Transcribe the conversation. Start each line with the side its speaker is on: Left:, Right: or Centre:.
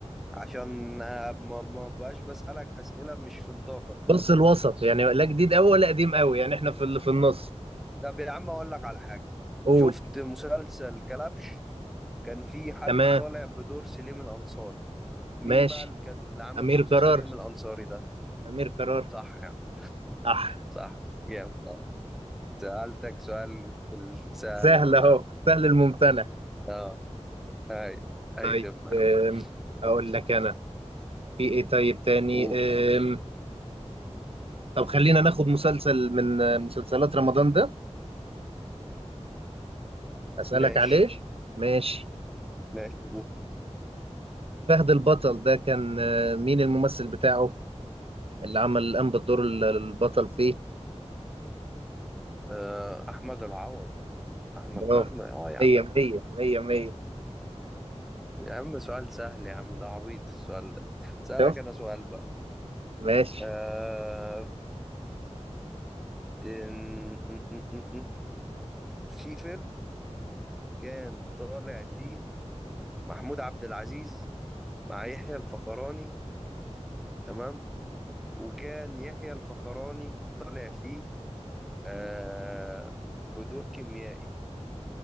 Centre: عشان آه، ما ما بقاش بسألك أسئلة مش في نطاقك خالص
Right: نص الوسط يعني لا جديد قوي ولا قديم قوي يعني احنا في اللي في النص
Centre: طب يا عم أقول لك على حاجة
Right: قول
Centre: شفت مسلسل كلبش كان في حد
Right: تمام
Centre: طالع بدور سليم الأنصاري مين
Right: ماشي
Centre: بقى اللي كان اللي عامل
Right: امير
Centre: دور سليم
Right: قرار
Centre: الأنصاري ده
Right: أمير قرار
Centre: صح يا عم
Right: صح
Centre: صح جامد آه. سألتك سؤال في السهل
Right: سهل أهو
Centre: لو
Right: سهل الممتنع
Centre: اه هاي أي
Right: طيب
Centre: خدمة يا عم.
Right: أم، أقول
Centre: ماشي.
Right: لك أنا في إيه طيب تاني
Centre: قول
Right: أم، طب خلينا ناخد مسلسل من آه، مسلسلات رمضان ده أسألك
Centre: ماشي
Right: عليه ماشي
Centre: ماشي قول.
Right: فهد البطل ده كان آه، مين الممثل بتاعه اللي عمل الآن بالدور ال- البطل فيه
Centre: آه، أحمد العوضي أحمد
Right: برافو
Centre: أحمد أه يا عم
Right: مية مية مية مية
Centre: يا عم سؤال سهل يا عم ده عبيط السؤال ده سألك
Right: شوف
Centre: أنا سؤال بقى
Right: ماشي
Centre: آه... تن... م- م- م- م. في فيلم كان طالع فيه محمود عبد العزيز مع يحيى الفخراني تمام وكان يحيى الفخراني طالع فيه آه... بدور كيميائي